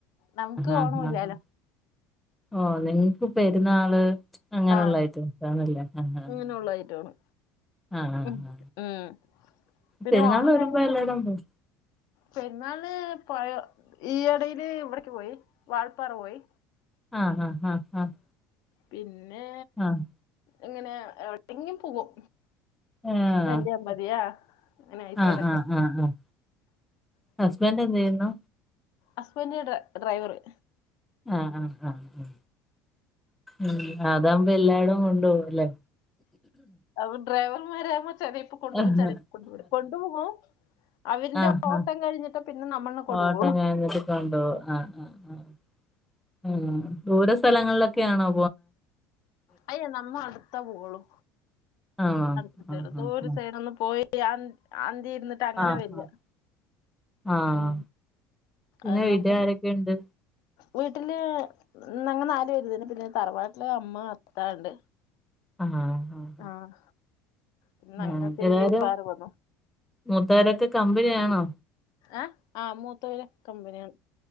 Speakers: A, on the left; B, in the centre.
A: നമുക്ക്
B: ആഹ്
A: ഓണല്ലാലോ
B: ആഹ് ഓ നിങ്ങക്ക് പെരുന്നാള് അങ്ങനെയുള്ള
A: ആഹ്
B: ഐറ്റംസ് ആണല്ലേ ആഹ് ആഹ്
A: ഇങ്ങനെള്ളായിറ്റാണ്
B: ആഹ് ആഹ്
A: ഉ ഉം പിന്നെ
B: പെരുന്നാൾ
A: ഓണം
B: വരുമ്പോ
A: കഴിഞ്ഞിട്ട്
B: എല്ലായിടം പോവും
A: പെരുന്നാളിന് പഴ ഈ ഇടയില് ഇവിടക്ക് പോയി വാഴപ്പാറ പോയി
B: ആഹ് ഹഹ് ആഹ് ആഹ്
A: പിന്നെ
B: ആഹ്
A: ഇങ്ങനെ എവിടെങ്കും പോവും
B: ആഹ് ആഹ്
A: നെല്ല്യാമ്പതിയാ ങ്ങനെ അയച്ചടക്കാൻ
B: ആഹ് ആഹ് ആഹ് ആഹ് ഹസ്ബൻഡ് എന്തെയിന്നു
A: അസ്ബന്റ് ഇവിടെ ഡ്രൈവറ്
B: ആഹ ആഹ് ആഹ് ഉ അതാകുമ്പോ എല്ലാടും കൊണ്ടോവും ല്ലേ
A: ആ ഡ്രൈവർമാരാകുമ്പോ ചെലേപ്പൊ കൊണ്ടു
B: ആഹ്
A: പോകും ചെലര് കൊണ്ടു പോകൂല കൊണ്ടു പോകും അവന്റെ
B: ആഹ്
A: ഓട്ടം കഴിഞ്ഞിട്ട് പിന്നെ നമ്മളെ കൊണ്ടുപോകുള്ളൂ
B: ഓട്ടം കഴിഞ്ഞിട്ട് കൊണ്ടോവും ആഹ് ആഹ് ആഹ് ആഹ് ദൂര സ്ഥലങ്ങളിലൊക്കൊ ആണോ?
A: അയ്യേ നമ്മ അട്ത്താ പോകളൂ
B: ആണോ
A: അട്ത്ത്ത്തെള്ളൂ
B: ആഹ്
A: ദൂര
B: ആഹ് ആഹ്
A: സൈഡോന്നും പോയി അൻ അന്തി ഇര് അങ്ങനെ
B: ആഹ്
A: വരിക
B: ആഹ് ആഹ്
A: മ്
B: പിന്നെ
A: അത്
B: വീട്ടിൽ
A: നമക്ക്
B: ആരൊക്കെയുണ്ട്
A: വീട്ട്ല് ഞങ്ങ നാല് പേര് തന്നെ. പിന്നെ തറവാട്ടില് അമ്മ, അത്ത ണ്ട്
B: ആഹ് ആഹ്
A: ആഹ് പിന്നങ്ങത്തിരി
B: ആഹ് എല്ലാരും
A: വേറെ പോന്നു.
B: മൂത്തവരൊക്കെ കമ്പനിയാണോ?
A: ഏ ആഹ് മൂത്തവര് കമ്പന്യാണ്.